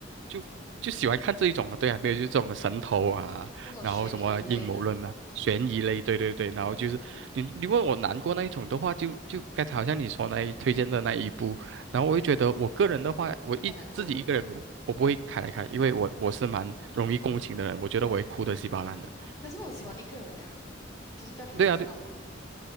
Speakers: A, on the right; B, on the left.
A: 就就喜欢看这一种啊。对啊，没有就是这种神头啊，
B: 那种悬疑类的，
A: 然后什么阴谋论啊，悬疑类，对对对。然后就是你你问我难过那一种的话，就就刚才好像你说那一推荐的那一部，
B: 嗯嗯，
A: 然后我就觉得我个人的话，我一自己一个人我我不会开来看，
B: 太难过了。
A: 因为我我是蛮容易共情的人，我觉得我会哭得稀巴烂的。
B: 可是我喜欢一个人看，就是不要给人看到我哭。
A: 对啊，对，